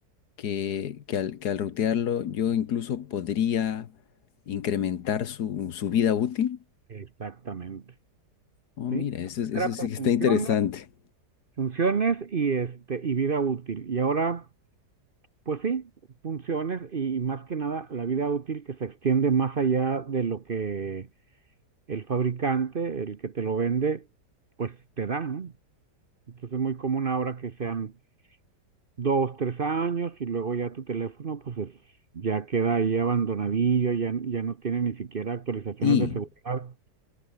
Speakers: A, on the left (about 70°); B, on the right (about 35°).
A: que, que al, que al rutearlo yo incluso podría incrementar su, su vida útil.
B: exactamente,
A: Oh,
B: ¿sí?
A: mira, eso,
B: Antes
A: es- eso
B: era
A: sí
B: por
A: que
B: funciones,
A: está interesante.
B: funciones y este, y vida útil. Y ahora, pues sí, funciones y más que nada la vida útil que se extiende más allá de lo que el fabricante, el que te lo vende, pues te da, ¿no? Entonces es muy común ahora que sean dos, tres años y luego ya tu teléfono pues es- ya queda ahí abandonadillo, ya, ya no tiene ni siquiera actualizaciones
A: Sí,
B: de seguridad